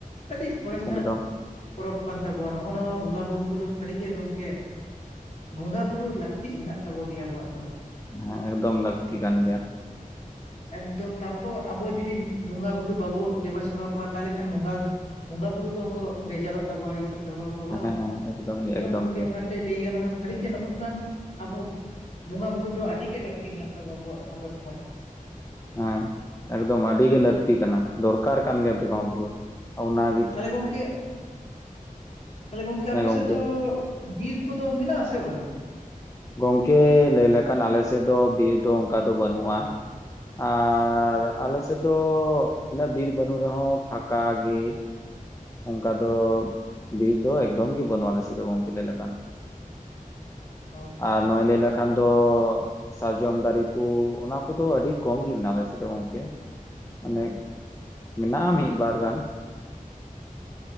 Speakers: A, on the left; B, on the left.
A: ᱟᱹᱰᱤ ᱥᱚᱨᱮᱥᱟᱜ
B: ᱮᱠᱫᱚᱢ
A: ᱯᱚᱨᱚᱵᱽ ᱠᱟᱱ ᱛᱟᱵᱚᱱᱟ ᱱᱚᱜ-ᱚ ᱱᱚᱣᱟ ᱵᱚᱸᱜᱟ ᱵᱩᱨᱩ ᱠᱚᱫᱚ ᱥᱟᱹᱨᱤᱜᱮ ᱜᱚᱢᱠᱮ, ᱵᱚᱸᱜᱟ ᱵᱩᱨᱩ ᱞᱟᱹᱠᱛᱤᱜ ᱢᱮᱱᱟᱜ ᱛᱟᱵᱚ ᱜᱮᱭᱟ ᱟᱵᱚᱣᱟᱜ ᱫᱚ
B: ᱦᱮᱸ ᱮᱠᱫᱚᱢ ᱞᱟᱹᱠᱛᱤ ᱠᱟᱱ ᱜᱮᱭᱟ
A: <inaudible> ᱮᱠᱫᱚᱢ ᱛᱟᱨᱯᱚᱨ ᱟᱵᱚ ᱡᱩᱫᱤ ᱵᱚᱸᱜᱟ ᱵᱩᱨᱩ ᱵᱟᱵᱚᱱ ᱫᱮᱵᱟ ᱥᱮᱵᱟ ᱠᱚᱣᱟ ᱛᱟᱦᱚᱞᱮ ᱠᱷᱟᱱ ᱵᱚᱸᱜᱟ ᱵᱚᱸᱜᱟ ᱵᱩᱨᱩ ᱠᱚᱦᱚᱸ ᱠᱚ ᱵᱮᱡᱟᱨᱚᱜ ᱛᱟᱵᱚᱱᱟ ᱟᱹᱲᱤᱥᱚᱜ ᱛᱟᱵᱚᱱᱟ ᱠᱚ ᱵᱟᱝ
B: ᱦᱮᱸ
A: ᱮᱠᱫᱚᱢ
B: ᱜᱮ
A: ᱜᱚᱢᱠᱮ
B: ᱜᱮ
A: ᱚᱱᱟ ᱞᱟᱹᱭ ᱜᱟᱱᱚᱜ-ᱟ ᱥᱟᱹᱨᱤ ᱜᱮ ᱱᱚᱜ-ᱚ ᱱᱚᱝᱠᱟᱱ ᱟᱵᱚ ᱵᱚᱸᱜᱟ ᱵᱩᱨᱩ ᱫᱚ ᱟᱹᱰᱤᱜ ᱜᱮ ᱞᱟᱹᱠᱛᱤ ᱢᱮᱱᱟᱜ ᱛᱟᱵᱚ ᱟᱵᱚᱣᱟᱜ ᱥᱟᱶᱛᱟ ᱥᱚᱢᱟᱡᱽ ᱨᱮ
B: ᱦᱮᱸ ᱮᱠᱫᱚᱢ ᱟᱹᱰᱤ ᱜᱮ ᱞᱟᱹᱠᱛᱤ ᱠᱟᱱᱟ ᱫᱚᱨᱠᱟᱨ ᱠᱟᱱ ᱜᱮᱭᱟ ᱵᱚᱸᱜᱟ ᱵᱩᱨᱩ ᱚᱱᱟᱜ
A: ᱛᱟᱦᱚᱞᱮ ᱜᱚᱝᱠᱮ ᱛᱟᱦᱚᱞᱮ ᱜᱚᱢᱠᱮ
B: ᱦᱮᱸ
A: ᱟᱯᱮ
B: ᱜᱚᱝᱠᱮ
A: ᱥᱮᱫ ᱫᱚ? ᱵᱤᱨ ᱠᱚᱫᱚ ᱢᱮᱱᱟᱜ ᱟᱥᱮ ᱵᱟᱝ?
B: ᱜᱚᱢᱠᱮ ᱞᱟᱹᱭ ᱞᱮᱠᱷᱟᱱ ᱟᱞᱮ ᱥᱮᱫ ᱫᱚ ᱵᱤᱨ ᱫᱚ ᱚᱱᱠᱟ ᱫᱚ ᱵᱟᱹᱱᱩᱜ-ᱟ᱾ ᱟᱨᱻ ᱟᱞᱮ ᱥᱮᱫ ᱫᱚ ᱤᱱᱟᱹᱜ ᱵᱤᱨ ᱵᱟᱹᱱᱩᱜ ᱨᱮᱦᱚᱸ ᱯᱷᱟᱠᱟ ᱜᱮ ᱚᱱᱠᱟ ᱫᱚ ᱵᱤᱨ ᱫᱚ ᱮᱠᱫᱚᱢ ᱜᱮ ᱵᱟᱹᱱᱩᱜ ᱟᱞᱮᱥᱮᱫ ᱫᱚ ᱜᱚᱝᱠᱮ ᱞᱟᱹᱭ ᱞᱮᱠᱟᱱ
A: ᱚ
B: ᱟᱨ ᱱᱚᱣᱟ ᱞᱟᱹᱭ ᱞᱮᱠᱷᱟᱱ ᱠᱷᱟᱱ ᱫᱚ ᱥᱟᱨᱡᱚᱢ ᱫᱟᱨᱮ ᱠᱚ ᱚᱱᱟ ᱠᱚᱫᱚ ᱟᱹᱰᱤ ᱠᱚᱢ ᱜᱮ ᱢᱮᱱᱟᱜ-ᱟ ᱟᱞᱮ ᱥᱮᱫ ᱜᱚᱝᱠᱮ ᱢᱟᱱᱮ ᱢᱮᱱᱟᱜ-ᱟ ᱢᱤᱫ ᱵᱟᱨ ᱜᱟᱱ